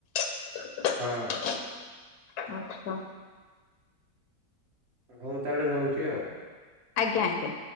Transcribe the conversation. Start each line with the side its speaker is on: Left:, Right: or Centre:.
Left: ଆଚ୍ଛା।
Right: ହଁ। ହଉ ତାହେଲେ ରହୁଛି ଆଉ।
Left: ଆଜ୍ଞା ଆଜ୍ଞା।